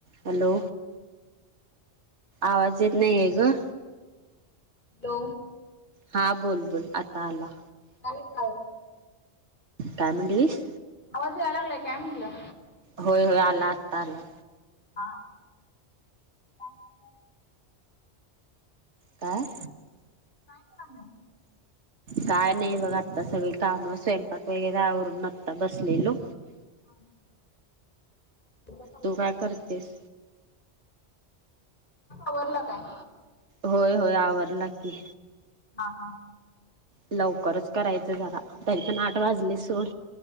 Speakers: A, on the right; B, on the left.
A: हॅलो आवाज येत नाही आहे ग.
B: हो.
A: हा बोल बोल आता आला.
B: ले का?
A: काय म्हणटलीस?
B: आवाज नाहीयलगलय काय म्हटलं?
A: होय होय आला आत्ता आला.
B: हा. ह.
A: काय?
B: काय कालं?
A: काय नाही बघ आत्ता सगळी काम स्वयंपाक वगैरे आवरून आता बसलेलो.
B: <inaudible> स्वयंपाक आवरला?
A: तू काय करतेस?
B: आवरलं काय?
A: होय होय आवरलं की
B: हा हा.
A: लवकरच करायचं झारा तरी पण आठ वाजली सोड.